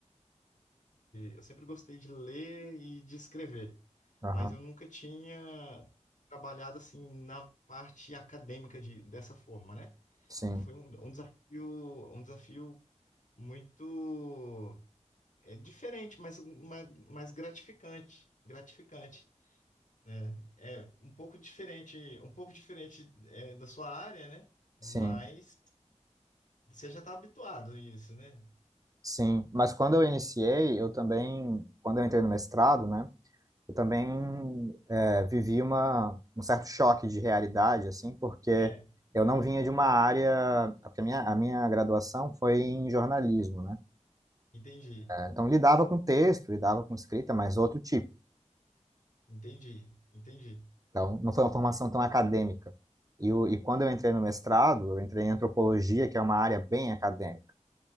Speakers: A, on the left; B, on the right.
A: eu sempre gostei de ler e de escrever,
B: Aham,
A: mas eu nunca tinha trabalhado assim na parte acadêmica de, dessa forma, né?
B: Sim,
A: Então foi um, um desafio, um desafio muito é, diferente, mas ma- mais gratificante, gratificante, né? É um pouco diferente, um pouco diferente é, da sua área, né? Mas
B: sim,
A: você já está habituado a isso, né?
B: sim. Mas quando eu iniciei, eu também, quando eu entrei no mestrado, né? Eu também é, vivi uma, um certo choque de realidade, assim, porque
A: É,
B: eu não vinha de uma área, porque a minha, a minha graduação foi em jornalismo, né?
A: entendi,
B: Então lidava com texto, lidava com escrita, mas outro tipo.
A: entendi, entendi.
B: Então, não foi uma formação tão acadêmica. E, o- e quando eu entrei no mestrado, eu entrei em antropologia, que é uma área bem acadêmica.